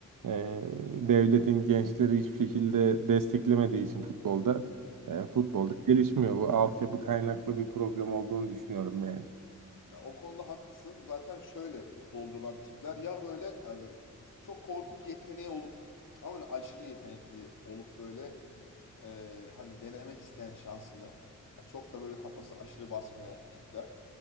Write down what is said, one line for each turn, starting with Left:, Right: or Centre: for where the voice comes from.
Right: Ee, devletin gençleri hiçbir şekilde desteklemediği için futbolda, e, futbolda gelişmiyor. Bu altyapı kaynaklı bir problem olduğunu düşünüyorum yani.
Left: Ya o konuda haklısın. Zaten şöyle futbolcu olan tipler ya böyle hani çok korkunç yeteneği olup ama öyle aşırı yetenekli olup böyle e, hani denemek isteyen şansını yani çok da böyle kafası aşırı basmayan tipler.